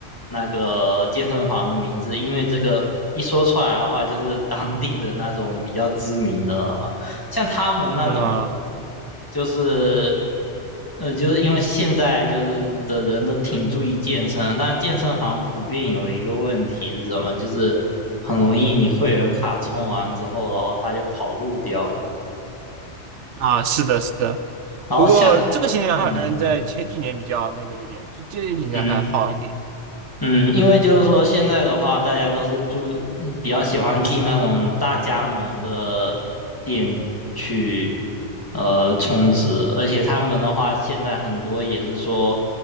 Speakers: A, on the left; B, on the right.
A: 那个健身房的名字，因为这个一说出来的话，就是当地的那种比较知名的了嘛。像他们那种，
B: 嗯啊，
A: 就是呃，就是因为现在就是的人都挺注意健身，但健身房普遍有一个问题是什么？就是很容易你会员卡充完之后，然后他就跑路掉了。
B: 啊是的，是的。
A: 然后像
B: 不过这个现象好像在前几年比较那个一点，
A: 嗯
B: 就这几年还好一点。
A: 嗯，嗯，因为就是说现在的话，大家都是住，比较喜欢进那种大加盟的店去，呃，充值，而且他们的话，现在很多也是说，